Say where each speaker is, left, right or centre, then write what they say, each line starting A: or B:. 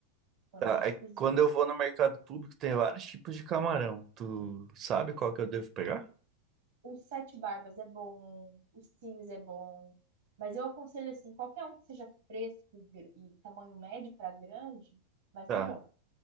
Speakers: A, on the right; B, on the right.
A: Quando
B: Tá,
A: a gente
B: aí
A: cozinha.
B: quando eu vou no mercado público tem vários tipos de camarão. Tu sabe qual que eu devo pegar?
A: O sete barbas é bom, o Sims é bom, mas eu aconselho assim, qualquer um que seja fresco e gr- e tamanho médio para grande, vai
B: Tá,
A: ser bom.